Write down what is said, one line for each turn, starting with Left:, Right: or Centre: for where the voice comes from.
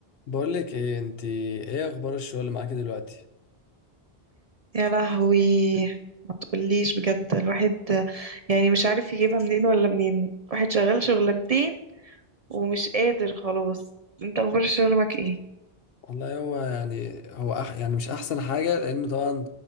Left: بقول لك ايه انت ايه اخبار الشغل معاكي دلوقتي
Right: يا لهوي ما تقوليش بجد الواحد يعني مش عارف يجيبها منين ولا منين واحد شغال شغلانتين ومش قادر خلاص انت اخبار الشغل معاك ايه
Left: والله هو يعني هو أح يعني مش احسن حاجه لانه طبعا